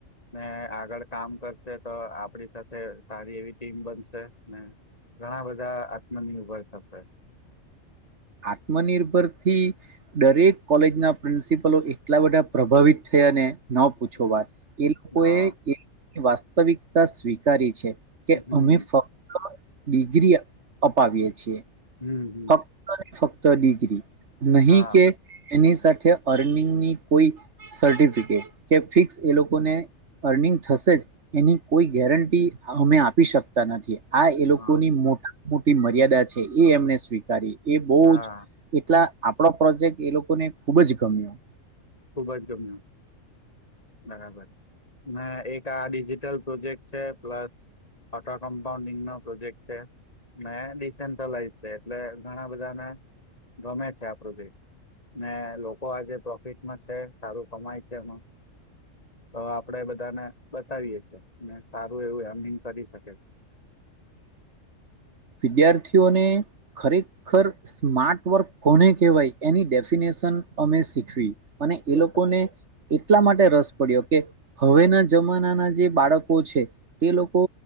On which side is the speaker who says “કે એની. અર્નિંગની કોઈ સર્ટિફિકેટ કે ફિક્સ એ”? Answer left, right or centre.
Right